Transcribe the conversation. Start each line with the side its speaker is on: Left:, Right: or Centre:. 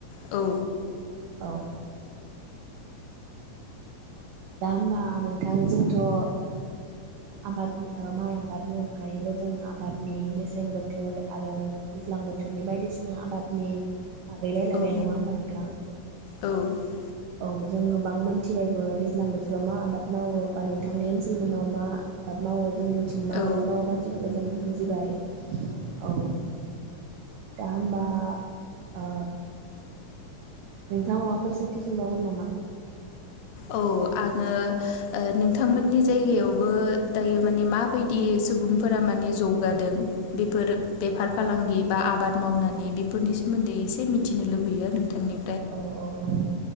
Left: औ
Right: औ दा हबा नोंथां जोंथ' ओ आबाद माइ आबादनि अनगायैबो जों आबादनि मेसें बोथोर आरो दैज्लां बोथोरनि बायदिसिना आबादनि बागै रायलायबाय
Left: औ
Right: नङा होमबा नोंथां
Left: औ
Right: औ जों गोबां मोनथिबायबो दैज्लां बोथोराव मा आबाद मावो बा नोंथांनि ओनसोल मोनाव मा आबाद मावो जोंनिथिं मा
Left: औ
Right: आबाद मावो गासैबो जों बुजिबाय औ दा होमबा ओ नोंथाङा माबाफोर सोंथि सोंबावगोन नामा?
Left: औ आङो ओ नोंथांमोननि जायगायाव दायो माने मा बायद दि सुबुंफोरा माने जौगादों बे फोर बेफार
Right: औ
Left: फालांगि
Right: औ
Left: बा आबाद मावनानै बेफोरनि सोमोन्दै एसे मिथि मिथिनो लुबैयो नोंथांनि
Right: औ औ नं